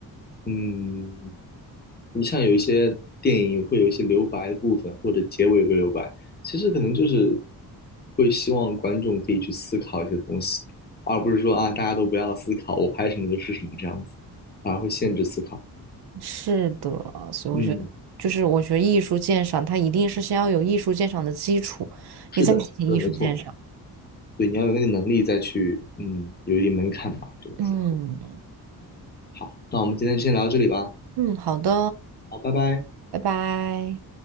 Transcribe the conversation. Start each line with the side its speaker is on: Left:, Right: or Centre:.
Left: 嗯，你像有一些电影会有一些留白的部分，或者结尾有个留白，其实可能就是会希望观众可以去思考一些东西，而不是说啊大家都不要思考，我拍什么就是什么这样子，反而会限制思考。
Right: 是的，所以我觉得，
Left: 嗯，
Right: 就是我觉得艺术鉴赏，它一定是先要有艺术鉴赏的基础，
Left: 是的，
Right: 你再进行艺术鉴赏。
Left: 说的没错。对，你要有那个能力再去，嗯，有一定门槛吧，这么说。
Right: 嗯
Left: 好，那我们今天就先聊到这里吧。
Right: 嗯，好的，
Left: 好，拜拜。
Right: 拜拜。